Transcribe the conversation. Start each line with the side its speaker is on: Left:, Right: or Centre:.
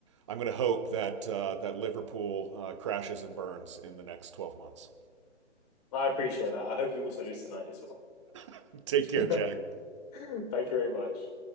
Right: I'm gonna hope that uh, that Liverpool uh, crashes and burns in the next 12 months.
Left: appreciate that i hope you also lose tonight as well
Right: <laughs> Take
Left: <laughs>
Right: care, Jack.
Left: thank you very much